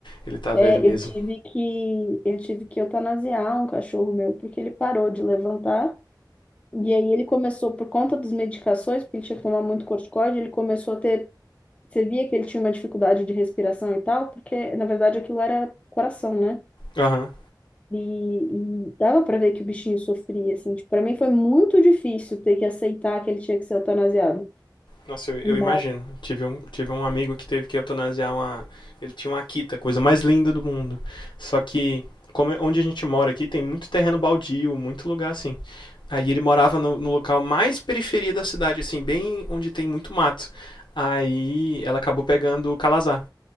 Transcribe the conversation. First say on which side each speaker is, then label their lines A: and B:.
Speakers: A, on the left; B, on the left.
A: ele tá
B: É,
A: velho mesmo.
B: eu tive que eu tive que eutanasiar um cachorro meu porque ele parou de levantar e aí ele começou por conta das medicações, porque ele tinha que tomar muito corticoide, ele começou a ter, você via que ele tinha uma dificuldade de respiração e tal, porque na verdade aquilo era coração, né?
A: Aham.
B: E, e dava pra ver que o bichinho sofria assim, tipo, para mim foi muito difícil ter que aceitar que ele tinha que ser eutanasiado.
A: Nossa, eu, eu
B: Mas
A: imagino. Tive um, tive um amigo que teve que eutanasiar uma. Ele tinha uma Akita, a coisa mais linda do mundo. Só que, como, é- onde a gente mora aqui, tem muito terreno baldio, muito lugar assim. Aí ele morava no, no local mais periferia da cidade, assim, bem onde tem muito mato. Aí ela acabou pegando o Calazar.